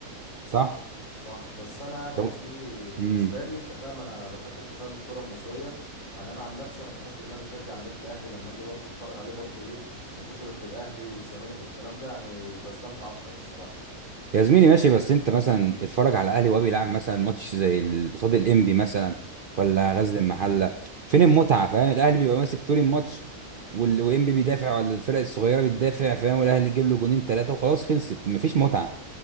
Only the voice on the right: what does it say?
صح
طب
امم
يا زميلي ماشي بس انت مثلا اتفرج على الاهلي وهو بيلعب مثلا ماتش زي ال- قصاد الانبي مثلا
ولا غزل المحله فين المتعه فاهم الاهلي بيبقى ماسك طول الماتش وال- وانبي بيدافع ولا الفرق الصغيره بتدافع فاهم والاهلي يجيب له جونين ثلاثه وخلاص خلصت مفيش
متعه